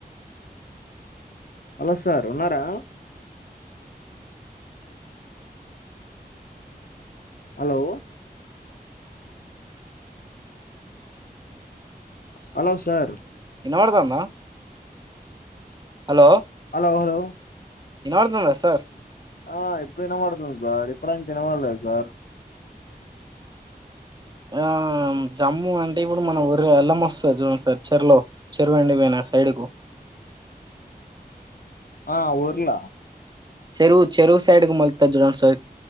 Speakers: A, on the left; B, on the right.
A: హలో సార్ ఉన్నారా హలో హలో సార్
B: వినపడుతందా హలో
A: హలో హలో
B: ఇనపడుతుందా సార్
A: ఆ ఇప్పుడు వినబడుతుంది సార్ ఇప్పడిదంక వినపడలేదు సార్
B: ఆ జమ్మూ అంటే ఇప్పుడు మనం ఒర వెల్లం వస్తుంది చూడండి సార్ చెరలో చెరువు వెండిపోయిన సైడ్కు
A: ఆ ఊర్లా
B: చెరువు చెరువు సైడ్ మల్త జుం స